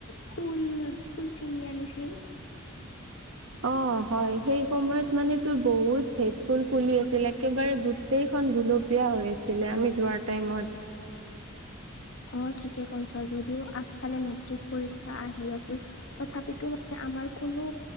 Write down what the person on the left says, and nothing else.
ফুল ফুল চিঙি আনিছিল
অ ঠিকে কৈছ যদিও আগফালে মেট্ৰিক পৰীক্ষা আহি আছিল তথাপিতো ম আমাৰ কোনো